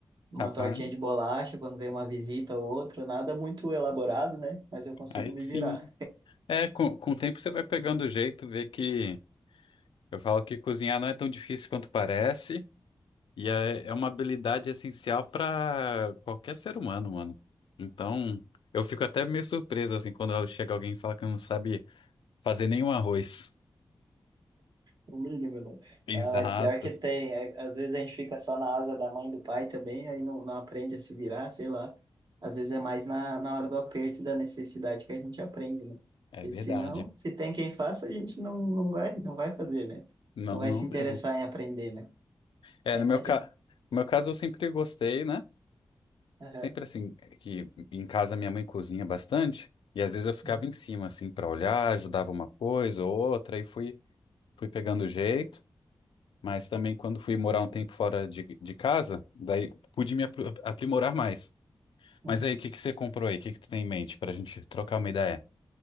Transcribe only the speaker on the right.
Uma
tortinha de bolacha quando vem uma visita ou outra, nada muito elaborado, né? Mas eu consigo
me
virar.
O mínimo, né?
Ah, mas pior que tem. É, Às vezes a gente fica só na asa da mãe e do pai também, aí não, não aprende a se virar, sei lá. Às vezes é mais na, na hora do aperto e da necessidade que a gente aprende, né?
Porque
se não, se tem quem faça, a gente não, não vai, não vai fazer, né?
Não vai
se interessar
em aprender, né?
Aí
não adianta.
Aham.
Uhum.
Uhum.